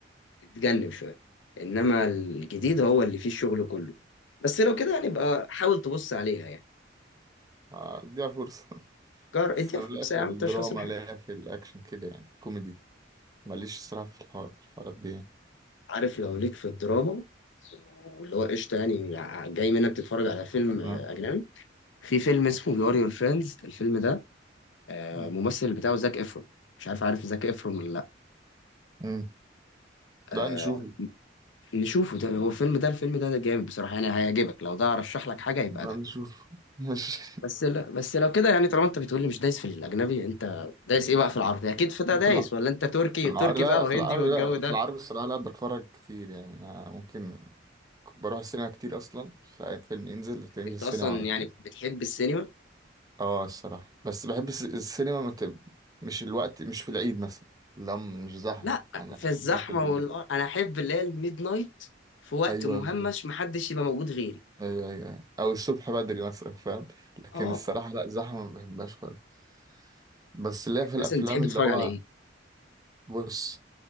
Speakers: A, on the left (about 75°); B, on the right (about 20°).
A: بتجنب شوية إنما الجديد هو اللي فيه الشغل كله بس لو كده هنبقى حاول تبص عليها يعني
B: اه اديها فرصه <laughs>
A: جار
B: بس
A: اديها
B: انا
A: فرصة
B: لا في
A: يا عم
B: الدراما
A: أنت مش خسران حاجة
B: لا في الاكشن كده يعني كوميدي ماليش الصراحه في الحوار في الحوارات دي يعني
A: عارف لو ليك في الدراما واللي هو قشطة يعني ع- جاي منك تتفرج على فيلم آه،
B: اه
A: أجنبي في فيلم اسمه يور يور فريندز الفيلم ده آه،
B: مم.
A: الممثل بتاعه زاك إفرون مش عارف عارف زاك إفرون ولا لأ
B: مم.
A: آه،
B: لا نشوفه
A: نشوفه ده هو الفيلم ده الفيلم ده ده جامد بصراحة يعني هيعجبك لو ده أرشح لك حاجة يبقى
B: لا
A: ده
B: نشوفه <laughs> ماشي
A: بس لا بس لو كده يعني طالما أنت بتقولي مش دايس في الأجنبي أنت دايس إيه بقى في العربي أكيد في ده دايس
B: في الع...
A: ولا أنت تركي
B: في العربي
A: تركي
B: لا
A: بقى
B: لا
A: وهندي
B: في العربي
A: والجو
B: لا
A: ده
B: في العربي الصراحه لا بتفرج كتير يعني آه، ممكن بروح السينما كتير اصلا فاي فيلم ينزل هتلاقيني
A: أنت
B: في السينما
A: أصلا
B: على طول
A: يعني بتحب السينما
B: اه الصراحه بس بحب الس- السينما مت... مش الوقت مش في العيد مثلا لا مش زحمه
A: لا
B: انا
A: في
B: بحبها
A: الزحمه
B: في الهدوء
A: والقر... انا احب اللي هي الميد نايت في وقت
B: ايوه
A: مهمش
B: بالظبط
A: محدش يبقى موجود غيري
B: ايوه ايوه أيوة. او الصبح بدري مثلا فاهم لكن
A: اه
B: الصراحه لا زحمه ما بحبهاش خالص بس ليا
A: يعني
B: في الافلام
A: مثلا تحب
B: اللي
A: تتفرج
B: هو
A: على ايه
B: بص